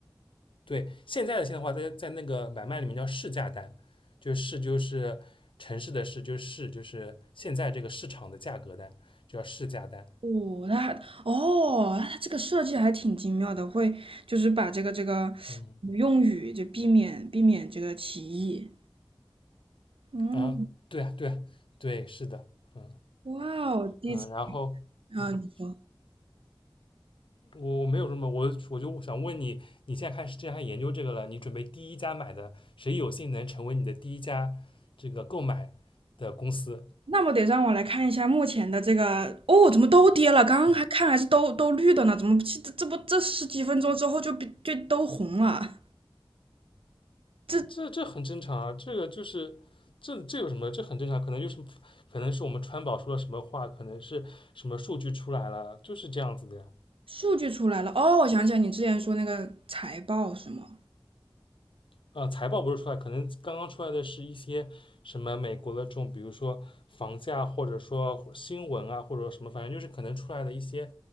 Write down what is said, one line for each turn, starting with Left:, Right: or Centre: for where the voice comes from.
Left: 对，现在的现在的话，在在那个买卖里面叫市价单，就是市就是城市的市，就是市就是现在这个市场的价格单，就叫市价单。
Right: 哦，那还哦，那它这个设计还挺精妙的，会就是把这个这个
Left: 嗯。
Right: 嗯用语就避免避免这个歧义。嗯，
Left: 啊，对啊，对啊，对，是的，嗯
Right: 哇哦，第一次
Left: 嗯，然后嗯，
Right: 啊，你说，
Left: 我我没有什么，我我就想问你，你现在开始既然研究这个了，你准备第一家买的，谁有幸能成为你的第一家这个购买的公司？
Right: 那么得让我来看一下目前的这个哦，怎么都跌了？刚刚还看还是都都绿的呢，
Left: 嗯，
Right: 怎么这这不这十几分钟之后就比就都红了？这。
Left: 这这很正常啊，这个就是这这有什么？这很正常，可能就是可能是我们川宝说了什么话，可能是什么数据出来了，就是这样子的呀。
Right: 数据出来了，哦，我想起来你之前说那个财报是吗？
Left: 呃，财报不是出来，可能刚刚出来的是一些什么美国的这种，比如说房价，或者说新闻啊，或者什么，反正就是可能出来的一些